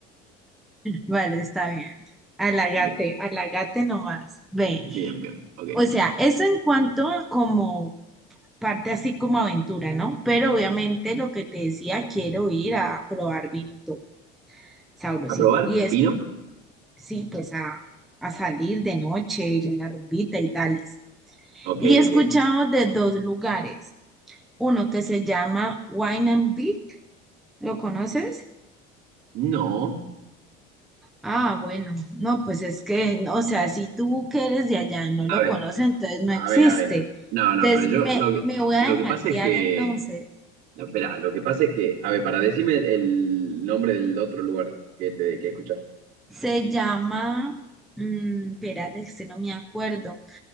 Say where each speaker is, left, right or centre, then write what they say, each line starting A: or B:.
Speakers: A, in the centre; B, on the right.
A: vale, está bien. Alagate,
B: Bien,
A: alagate nomás. Ve,
B: bien, bien, ok.
A: o sea, eso en cuanto como parte así como aventura, ¿no? Pero obviamente lo que te decía, quiero ir a probar vinito sabrosito
B: ¿Aprobar?
A: y escu-
B: ¿Vino?
A: sí, pues a, a salir de noche, ir a la rumbita y tales.
B: Ok,
A: Y he escuchado
B: ok, ok.
A: de dos lugares, uno que se llama Wine and Beak, ¿lo conoces?
B: No.
A: Ah, bueno, no, pues es que, no, o sea, si tú que eres de allá y no
B: A
A: lo
B: ver,
A: conoces, entonces no
B: a
A: existe.
B: ver, a ver. No, no,
A: Entonces,
B: pero yo
A: me,
B: lo que,
A: me voy a
B: lo
A: dejar
B: que pasa
A: guiar
B: es que...
A: entonces.
B: no, espera, lo que pasa es que... A ver, para decirme el, el nombre del otro lugar que, te, que escuchaste.
A: Se llama, mm, espérate, este no me acuerdo,